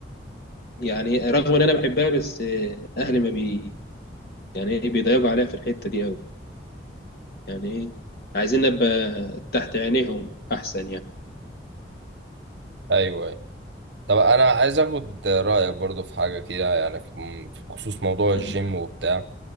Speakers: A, on the left; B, on the right.
A: يعني رغم ان انا بحبها بس اهلي ما بي يعني ايه بيضايقوا عليها في الحته دي قوي يعني ايه عايزين نبقى تحت عينيهم احسن يعني
B: ايوه ايوه طب انا عايز اخد رأيك برضو في حاجة كده يعني في في خصوص موضوع
A: مم.
B: الجيم وبتاع